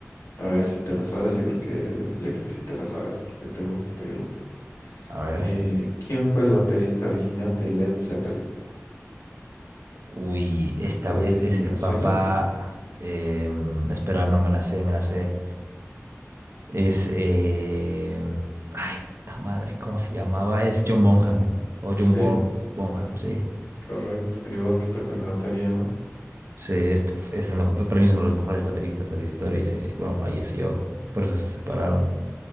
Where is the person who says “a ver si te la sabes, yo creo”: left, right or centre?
Left